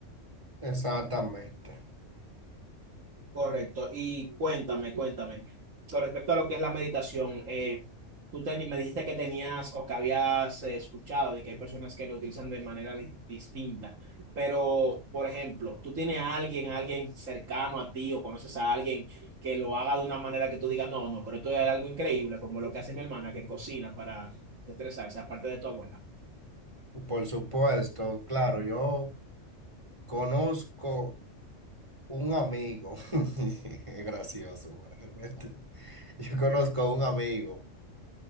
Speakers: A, on the right (about 25°); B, on the right (about 85°).
A: Exactamente.
B: Correcto. Y cuéntame, cuéntame, con respecto a lo que es la meditación, eh, tú teni- me dijiste que tenías o que habías eh, escuchado de que hay personas que lo utilizan de manera di- distinta, pero, por ejemplo, ¿tú tienes a alguien, a alguien cercano a ti o conoces a alguien que lo haga de una manera que tú digas, no, no, pero esto es algo increíble, como lo que hace mi hermana que cocina para estresarse, aparte de tu abuela?
A: Por supuesto, claro, yo conozco un amigo, <laughs> es gracioso realmente. Yo conozco un amigo